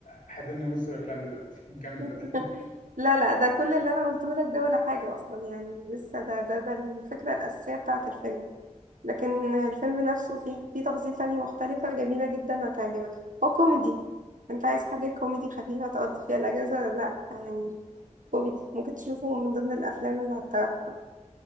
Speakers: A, on the left; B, on the right.
A: حضرنا نص الأفلام دلوقتي <laughs> نكمل
B: <laughs>
A: بقى
B: لا لا ده كل اللي أنا قلته لك ده ولا حاجة أصلا يعني لسه ده ده ده الفكرة الأساسية بتاعة الفيلم لكن الفيلم نفسه فيه فيه تفاصيل تانية مختلفة جميلة جدا هتعجبك هو كوميدي انت عايز حاجة كوميدي خفيفة تقضي فيها الأجازة لا يعني كوميدي ممكن تشوفه من ضمن الأفلام اللي هتطرحها